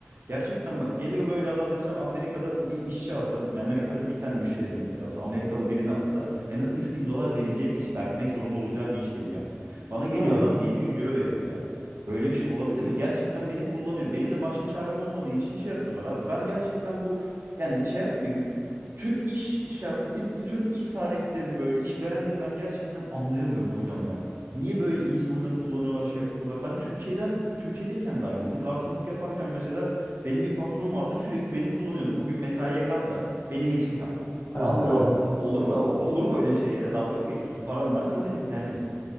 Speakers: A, on the right; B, on the left.
A: Gerçekten bak geliyor böyle adam mesela Amerika'da bir işçi alsa, Amerika'da bir tane müşteri hizmetleri alsa, Amerikalı birini alsa en az 3000 dolar vereceği bir iş, vermek zorunda olacağı bir iş benim yaptım. Bana geliyor
B: Değil mi?
A: adam 700 euro veriyor ya. Böyle bir şey olabilir mi? Gerçekten beni kullanıyor. Benim de başka çarem olmadığı için şey yapıyorlar abi. Ben gerçekten bu yani şey yapmayayım. Türk iş şey yap- i- Türk iş sahiplerini böyle işverenleri ben gerçekten anlayamıyorum hocam ya. Niye böyle insanları kullanıyorlar, şey yapıyorlar? Ben Türkiye'den Türkiye'deyken de aynıydı. Garsonluk yaparken mesela benim bir patron vardı sürekli beni kullanıyordu. Bugün mesaiye kal da benim için kal.
B: Ha,
A: Allah
B: evet.
A: Allah. Olur mu? Olur mu öyle şey ya? Dalga mı geçiyorsun? Paramı ver kalayım. Yani